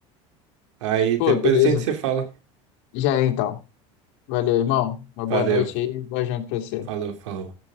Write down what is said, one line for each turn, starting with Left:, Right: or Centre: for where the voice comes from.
Right: Aí depois
Left: Pô, beleza.
Right: a gente se fala.
Left: Já é então. Valeu, irmão. Uma boa
Right: Valeu.
Left: noite aí, boa janta pra você.
Right: Falou, falou.